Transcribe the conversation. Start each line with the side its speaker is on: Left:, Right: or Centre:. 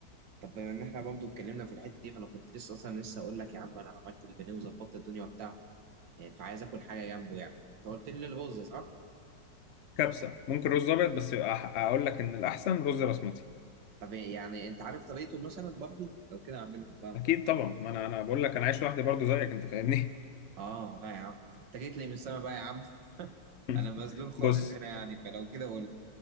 Right: طب بما ان احنا برضه اتكلمنا في الحته دي فانا كنت لسه اصلا لسه اقول لك يا عم انا عملت البانيه وظبطت الدنيا وبتاع فعايز اكل حاجه جنبه يعني انت قلت لي الرز صح؟
Left: كبسة ممكن رز ابيض بس أح- اقول لك ان الاحسن رز بسمتي
Right: طب يعني انت عارف طريقته مثلا برضه لو كده اعملهم بقى هم
Left: اكيد
Right: الاتنين.
Left: طبعا ما انا انا بقول لك انا عايش لوحدي برضو زيك انت فاهمني
Right: اه لا يا عم طب انت جيت لي من السما بقى يا عم <laughs>
Left: <laughs>
Right: انا مظلوم خالص
Left: بص
Right: هنا يعني فلو كده قول لي.